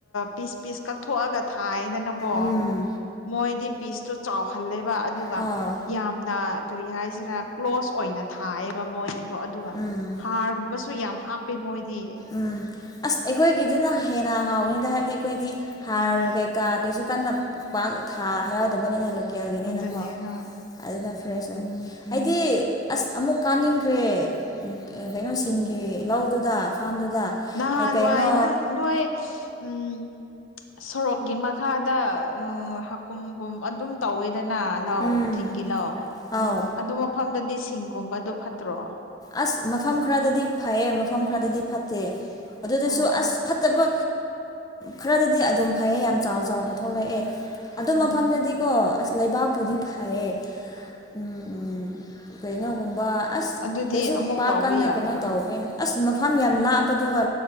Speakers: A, on the left (about 80°); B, on the left (about 20°).
A: ꯄꯤꯁ ꯄꯤꯁ ꯀꯛꯊꯣꯛꯑꯒ ꯊꯥꯏꯗꯅꯀꯣ
B: ꯎꯝ
A: ꯃꯣꯏꯗꯤ ꯄꯤꯁꯇꯣ ꯆꯥꯎꯍꯜꯂꯦꯕ ꯑꯗꯨꯒ
B: ꯑꯥ
A: ꯌꯥꯝꯅ ꯀꯔꯤ ꯍꯥꯏꯁꯤꯔꯥ ꯀ꯭ꯂꯣꯁ ꯑꯣꯏꯅ ꯊꯥꯛꯑꯦꯕ ꯃꯣꯏ ꯀꯣ ꯑꯗꯨꯒ
B: ꯎꯝ
A: ꯍꯥꯔꯒꯨꯝꯕꯁꯨ ꯌꯥꯝ ꯍꯥꯞꯄꯦ ꯃꯣꯏꯗꯤ
B: ꯎꯝ ꯑꯁ ꯑꯩꯈꯣꯏꯒꯤꯗꯨꯅ ꯍꯦꯟꯅ ꯍꯥꯎꯋꯅꯤꯗ ꯍꯥꯏꯕꯗꯤ ꯑꯩꯈꯣꯏꯗꯤ ꯍꯥꯔ
A: ꯎꯝ
B: ꯀꯩꯀꯥ ꯀꯩꯁꯨ ꯀꯟꯅ ꯊꯥ ꯌꯥ ꯌꯥꯎꯗꯕꯅꯤꯅ ꯂꯣꯀꯦꯜꯒꯤꯅꯤꯅꯀꯣ
A: ꯑꯗꯨꯅꯦ ꯍꯣꯏ
B: ꯑꯗꯨꯅ ꯦ ꯑꯣꯏ ꯑꯩꯗꯤ ꯑꯁ
A: ꯎꯝ
B: ꯑꯃꯨꯛ ꯀꯥꯅꯤꯡ ꯐꯈ꯭ꯔꯦ ꯀꯩꯅꯣꯁꯤꯡꯒꯤ ꯂꯧꯗꯨꯗ ꯐꯥꯝꯗꯨꯗ
A: ꯅꯍꯥꯟ
B: ꯀꯩ ꯀꯩꯅꯣ
A: ꯅꯨꯡꯉꯥꯏ ꯅꯅꯨꯡꯉꯥꯏ ꯎꯝ ꯁꯣꯔꯣꯛꯀꯤ ꯃꯈꯥꯗ ꯎ ꯍꯀꯨꯝꯒꯨꯝ ꯑꯗꯨꯝ ꯇꯧꯋꯦ ꯗꯅꯥ ꯂꯥꯛꯑꯣ
B: ꯎꯝ
A: ꯆꯤꯡꯒꯤ ꯂꯥꯛꯑꯣ
B: ꯑꯥꯎ
A: ꯑꯗꯨ ꯃꯐꯝꯗꯗꯤ ꯁꯤꯡꯒꯨꯝꯕꯗ ꯐꯠꯇ꯭ꯔꯣ
B: ꯑꯁ ꯃꯐꯝ ꯈꯔꯗꯗꯤ ꯐꯩꯌꯦ ꯃꯐꯝ ꯈꯔꯗꯗꯤ ꯐꯠꯇꯦ ꯑꯗꯨꯗꯁꯨ
A: ꯑꯣ
B: ꯑꯁ ꯐꯠꯇꯕ ꯈꯔꯗꯗꯤ ꯑꯗꯨꯝ ꯐꯩꯌꯦ ꯌꯥꯝ ꯆꯥꯎ ꯆꯥꯎꯅ ꯊꯣꯛꯂꯛꯑꯦ ꯑꯗꯨ
A: ꯑꯣ
B: ꯃꯐꯝꯗꯗꯤꯀꯣ ꯑꯁ ꯂꯩꯕꯥꯛꯄꯨꯗꯤ
A: ꯎꯝ
B: ꯐꯌꯦ ꯎꯝ ꯎ ꯀꯩꯅꯣꯒꯨꯝꯕ ꯑꯁ
A: ꯑꯗꯨꯗꯤ
B: ꯀꯩꯁꯨ
A: ꯑꯃꯨꯛ
B: ꯄꯥꯛ
A: ꯇꯧꯕ
B: ꯀꯟꯅ
A: ꯌꯥꯗ꯭ꯔꯣ
B: ꯀꯩꯅꯣ ꯇꯧꯋꯦ ꯑꯁ ꯃꯐꯝ ꯌꯥꯝ ꯂꯥꯞꯄꯗꯨꯒ